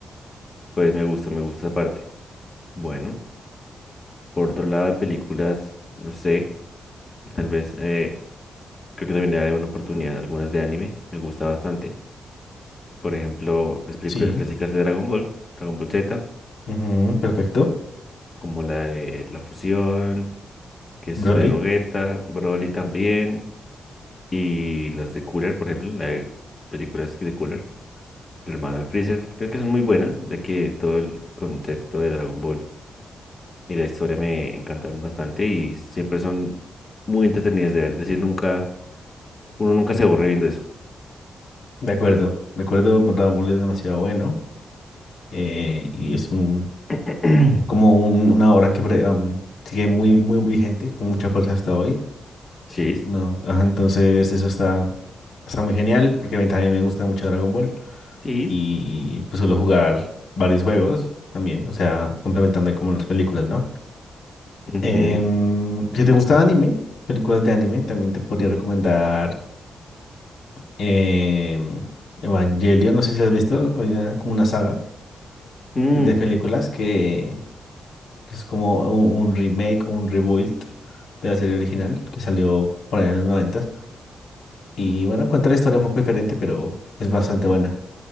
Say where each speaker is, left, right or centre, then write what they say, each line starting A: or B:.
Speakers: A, on the left; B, on the left.
A: Pues me gusta, me gusta esa parte. Bueno, por otro lado de películas, no sé, tal vez. eh, Creo que también le daré una oportunidad. a Algunas de anime me gusta bastante. Por ejemplo, las películas
B: Sí.
A: clásicas de Dragon Ball, Dragon Ball Z,
B: Ujú, perfecto.
A: como la de La Fusión, que es
B: Broly.
A: la de Gogeta, Broly también, y las de Cooler, por ejemplo, la de películas que de Cooler, el hermano de Freezer. Creo que son muy buenas, ya que todo el concepto de Dragon Ball y la historia me encantan bastante y siempre son muy entretenidas de ver. Es decir, nunca, uno nunca se aburre viendo eso.
B: De acuerdo. De acuerdo, en verdad, Broly es demasiado bueno. eh, y es un
A: <clears throat>
B: como un- una obra que pre- aún sigue muy, muy vigente, con mucha fuerza hasta hoy.
A: Sí,
B: No, ajá, entonces eso está, está muy genial porque a mí también me gusta mucho Dragon Ball
A: sí.
B: y pues suelo jugar varios juegos también, o sea, complementando ahí como las películas, ¿no?
A: ujú,
B: Em, si te gusta anime, películas de anime, también te podría recomendar em, Evangelion, no sé si la has visto, hay una- como una saga
A: mm.
B: que es de películas que, que es como un, un remake, un rebuild de la serie original que salió por ahí en los 90 Y bueno, cuenta la historia un poco diferente, pero es bastante buena.